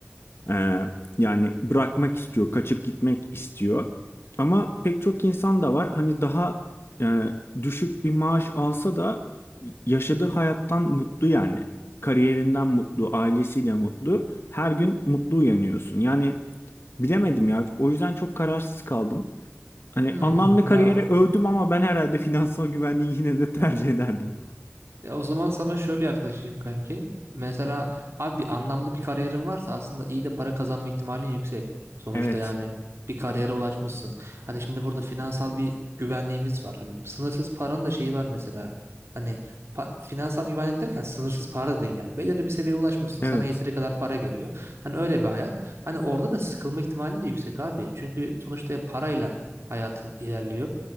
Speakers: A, on the left; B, on the right.
A: Ee, yani bırakmak istiyor, kaçıp gitmek istiyor. Ama pek çok insan da var. Hani daha e, düşük bir maaş alsa da yaşadığı hayattan mutlu yani. Kariyerinden mutlu, ailesiyle mutlu. Her gün mutlu uyanıyorsun. Yani Bilemedim ya. O yüzden çok kararsız kaldım. Hani
B: hmm,
A: anlamlı kariyeri
B: ya
A: övdüm ama ben herhalde <laughs> finansal güvenliği yine de tercih ederdim.
B: Ya o zaman sana şöyle yaklaşayım kanki. Mesela abi bir anlamlı bir kariyerin varsa aslında iyi de para kazanma ihtimalin yüksek. Sonuçta
A: Evet.
B: yani bir kariyere ulaşmışsın. Hani şimdi burada finansal bir güvenliğimiz var. Hani sınırsız paranın da şeyi var mesela. Hani pa- finansal güvenlik derken sınırsız para da değil yani. Belirli bir seviyeye ulaşmışsın.
A: Evet.
B: Sana yeteri kadar para geliyor. Hani öyle bir hayat. Hani orada da sıkılma ihtimalin de yüksek abi. Çünkü sonuçta parayla hayatın ilerliyor.